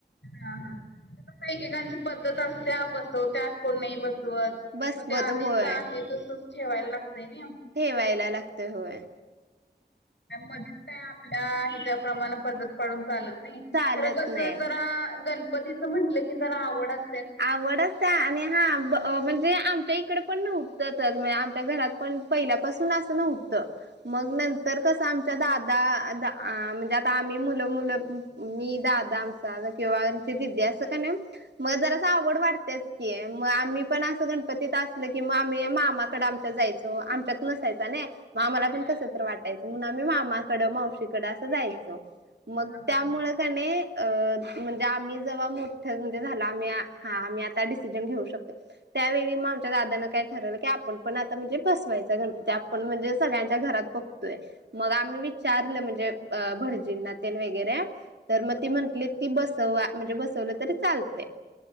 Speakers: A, on the left (about 85°); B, on the right (about 70°).
A: हा हा, <unintelligible> एकेकांची पद्धत असत्या बसवत्यात कोण नाही बसवत.
B: बसवत
A: मग ते आधीच
B: होय
A: आहे तसच ठेवायला लागतंय नी.
B: ठेवायला लागतय होय.
A: मधीच काय आपल्या हिजा प्रमाण पद्धत पाडून चालत नाही.
B: चालत
A: खर कस
B: नाही
A: जरा गणपतीच म्हंटलं की जरा आवड अस
B: आवड असत्या आणि हा ब म्हणजे, आमच्या इकडे पण नव्हतं <unintelligible> आमच्या घरात पण पहिल्यापासून असं नव्ह त मग नंतर कस आम दादा आ म्हणजे आता आम्ही मुलं मुलं मी दादा आमचा किंवा ती दीदी असत्या का नाही मग जरा सा आवड वाटत्याच की मग आम्ही पण असं गणपतीत असल की मग आम्ही मामाकड आमच्या जायचो आमच्या नसायचा नाही आम्हाला पण
A: हा.
B: कस तर वाटायचं म्हणून आम्ही मामाकड मावशीकड असं जायचो. मग
A: हा हा
B: त्यामुळं कणी अ म्हणजे आम्ही जव्हा मोठं म्हणजे झाला आम्ही आ हा आम्ही आता डिसिजन घेऊ शकतोय. त्यावेळी मग आमच्या दादान काय ठरवलं की आपण पण आता म्हणजे बसवायचा गणपती आपण म्हणजे सगळ्यांच्या घरात बघतोय मग आम्ही विचारलं म्हणजे अ भडजीनातेन वगैरे. तर मग ती म्हटलीत की बसवा म्हणजे बसवलं तरी चालतयं.